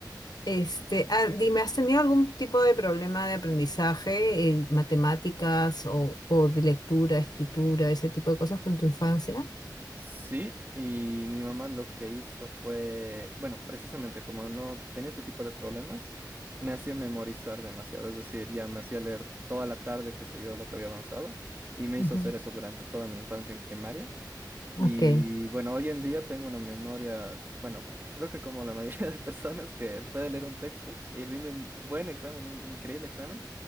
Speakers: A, on the left; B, on the right.
A: Este, ah, dime, ¿has tenido algún tipo de problema de aprendizaje en matemáticas o, o de lectura, escritura, ese tipo de cosas con tu infancia?
B: Sí, y mi mamá lo que hizo fue, bueno, precisamente como no tenía este tipo de problemas, me hacía memorizar demasiado, es decir, ya me hacía leer toda la tarde, qué sé yo, lo que había avanzado, y me hizo
A: Ujú.
B: hacer eso durante toda mi infancia en primaria.
A: Ok,
B: Y bueno, hoy en día tengo una memoria, bueno, creo que como la mayoría <laughs> de personas que puede leer un texto y rinde un buen examen, un increíble examen,